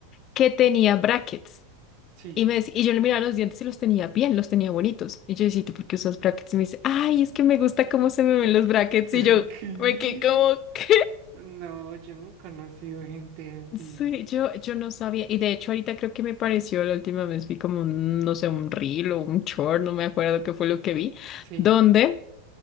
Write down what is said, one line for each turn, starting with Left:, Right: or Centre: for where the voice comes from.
Left: que tenía brackets.
Right: Sí.
Left: Y, me, dec- y yo le miraba los dientes y los tenía bien, los tenía bonitos. Y yo decía, ¿tú por qué usas brackets? Y me dice, ay, es que me gusta cómo se me ven los brackets.
Right: <laughs> ¿Qué?
Left: Y yo me quedé como, ¿qué?
Right: No, yo no he conocido gente
Left: <laughs>
Right: así.
Left: Sí, yo, yo no sabía. Y de hecho, ahorita creo que me pareció la última vez, vi como, un, no sé, un reel o un short, no me acuerdo qué fue lo que vi,
Right: Sí,
Left: donde